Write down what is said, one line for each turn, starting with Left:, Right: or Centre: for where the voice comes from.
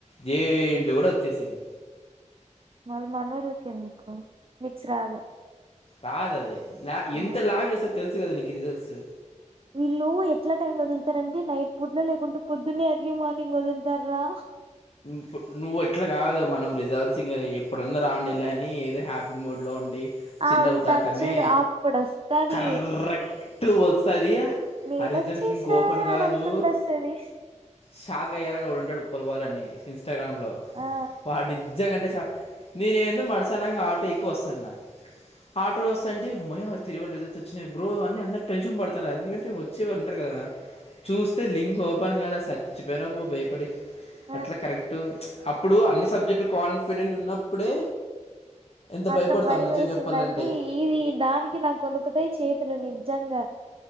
Left: జేఎన్టీయూ కూడా వచ్చేసది
Right: మళ్ళీ మనలకి ఎందుకు మిర్చి రాదు <inaudible>
Left: రాదు అది
Right: ఆ
Left: ఎంత లాగ్ చేస్తోరా తెలుసు కదా నీకు రిజల్ట్స్
Right: వీళ్ళు ఎట్లా టైమ్ లో వదులుతారంటి నైట్ పుడ్న లేకుంటే పొద్దున్న ఎర్లీ మార్నింగ్ వదులుతార్రా
Left: ప్పుడు నువ్వు ఎట్లా కాదు మనం రిజల్ట్స్ ఇంకా ఎప్పుడన్నా లే అని ఏదో హ్యాపీ మూడ్లో ఉండి చిల్ల
Right: ఆ ఉంటాం
Left: అవుతాంటామే
Right: చూడు అప్పుడు వస్తది
Left: కరెక్ట్ వస్తుంది
Right: నేనొచ్చేసా
Left: ఆ రిజల్ట్ లింక్ ఓపెన్ కాదు
Right: అని అనుకుంట వస్తది
Left: షాక్ అయ్యాలనిడుంటాడు పులబాల్ అని ఇన్స్టాగ్రామ్లో
Right: ఆ
Left: వాడి నిజంగాంటే చా నేనుందు మడసానంగా ఆటోకి వస్తాన ఆటోలో వస్త అంటే త్రీ వన్ రిజల్ట్ వచ్చిన బ్రో అని అందరూ టెన్షన్ పడుతున్నారు ఎందుకంటే వచ్చేళ్ళ ఉంటారు కదా చూస్తే లింక్ ఓపెన్ కలా సచిపోయినా పో భయపడి
Right: ఆ
Left: అట్లా కరెక్ట్ అప్పుడు అన్ని సబ్జెక్టులు కాన్ఫిడెంట్ ఉన్నప్పుడే ఎంత
Right: అంత
Left: భయపడతాం
Right: భయం
Left: నిజం
Right: వేసిందంటే
Left: చెప్పాలంటే
Right: ఈది దానికి నా కొనుకుతాయి చేతులు నిజంగా